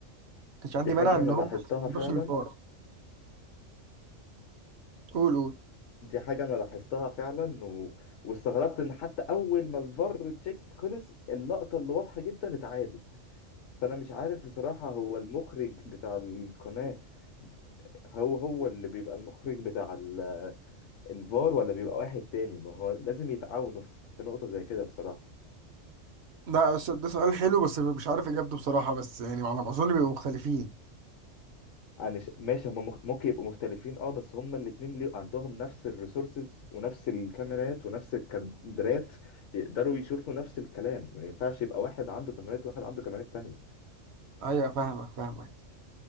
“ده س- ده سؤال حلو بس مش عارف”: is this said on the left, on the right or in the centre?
Right